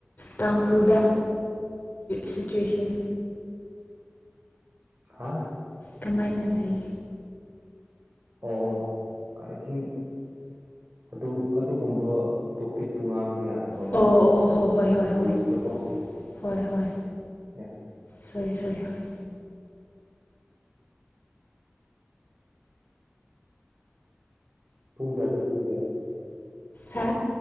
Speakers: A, on the left; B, on the right.
A: ꯇꯥꯡꯈꯨꯜꯗ ꯁꯤꯆꯨꯋꯦꯁꯟ
B: ꯍꯥꯥ
A: ꯀꯃꯥꯏꯅ ꯂꯩ
B: ꯑꯣ ꯑꯥꯏ ꯊꯤꯡ ꯑꯗꯨ ꯑꯗꯨꯒꯨꯝꯕ ꯇꯣꯄꯤꯛꯇꯨ ꯉꯥꯡꯕ ꯌꯥꯗꯦ ꯇꯕ ꯃꯥꯦ
A: ꯑꯣ
B: ꯃꯣꯏ
A: ꯑꯣ ꯍꯣ ꯍꯣꯏ ꯍꯣꯏ
B: ꯔꯨꯜꯁꯇ
A: ꯍꯣꯏ
B: ꯀꯣ
A: ꯍꯣꯏ ꯍꯣꯏ
B: ꯌꯥ
A: ꯁꯔꯤ ꯁꯔꯤ ꯍꯣꯏ
B: ꯄꯨꯡ ꯀꯌꯥꯗ ꯇꯨꯡ ꯀꯌꯥ
A: ꯍꯥ